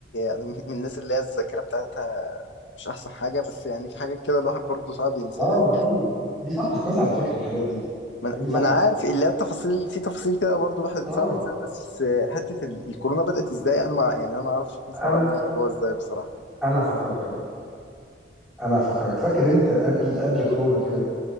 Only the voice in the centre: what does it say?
اه ما دي دي صعبة تتنسى على فكرة الحاجات دي
الايام
دي صعبة
اه
انا
انا هفكرك انا انا هفكرك فاكر انت قبل قبل كورونا كده